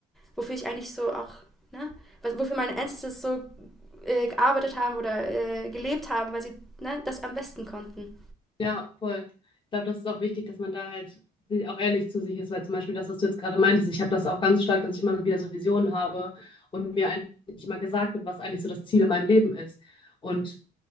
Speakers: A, in the centre; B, on the left.
A: wofür ich eigentlich so auch, ne? Was, wofür meine Ancestors so äh, gearbeitet haben oder äh, gelebt haben, weil sie ne, das am besten konnten.
B: Ja, voll. Ich glaube, das ist auch wichtig, dass man da halt si- auch ehrlich zu sich ist, weil zum Beispiel das, was du jetzt gerade meintest, ich habe das auch ganz stark, dass ich immer wieder so Visionen habe und mir eigentlich immer gesagt wird, was eigentlich so das Ziel in meinem Leben ist. Und